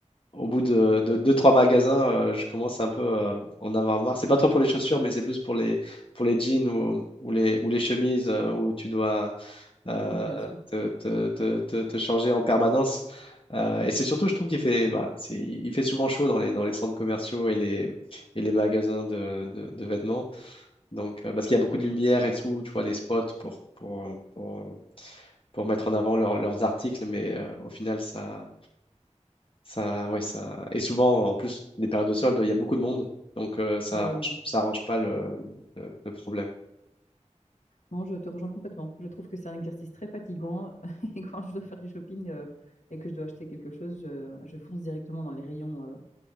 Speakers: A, on the left (about 45°); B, on the left (about 70°).
A: au bout de, de deux, trois magasins, euh, je commence un peu euh, en avoir marre. C'est pas trop pour les chaussures, mais c'est plus pour les, pour les jeans ou, ou les, ou les chemises euh, où tu dois euh,
B: ouais, bien sûr.
A: te, te- te- te- te changer en permanence. Euh, et c'est surtout, je trouve qu'il fait, bah, c'est- il fait souvent chaud dans les, dans les centres commerciaux et les, et les magasins de, de- de vêtements. Donc, euh, parce qu'il y a beaucoup de lumière et tout, tu vois, les spots pour, pour, euh, pour, euh, pour mettre en avant leurs leurs articles, mais euh, au final, ça, ça, ouais, ça. Et souvent, en plus, des périodes de soldes, il y a beaucoup de monde, donc euh, ça,
B: Ah oui,
A: arrange-
B: non.
A: ça arrange pas le, le, le problème.
B: Non, je te rejoins complètement. Je trouve que c'est un exercice très fatigant. <laughs> Et quand je dois faire du shopping euh, et que je dois acheter quelque chose, je, je fonce directement dans les rayons euh,